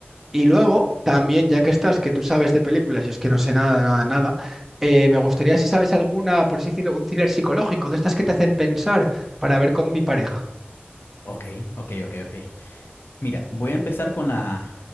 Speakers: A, in the centre; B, on the left.
A: Y luego, también, ya que estás, que tú sabes de películas, yo es que no sé nada, nada, nada, eh, me gustaría si sabes alguna, por así decirlo, un thriller psicológico, de estas que te hacen pensar para ver con mi pareja.
B: Ok, ok, ok, ok. Mira, voy a empezar con la,